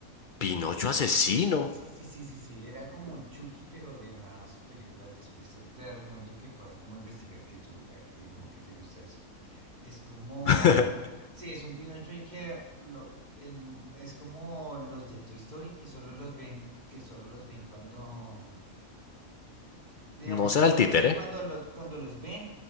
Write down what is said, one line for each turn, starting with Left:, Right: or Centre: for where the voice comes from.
Left: Pinocho
Right: Pero,
Left: asesino.
Right: sí, sí, sí, sí, sí, era como un Chucky, pero de unas películas después. Te, te recomiendo que puedas como investigar, que tú, a ti como que te gusta eso. Es como,
Left: <laughs>
Right: sí, es un Pinocho que lo, el, es como los de Toy Story que solo los ven, que solo los ven cuando, digamos
Left: ¿No será
Right: que no
Left: el títere?
Right: los ven cuando los, cuando los ven,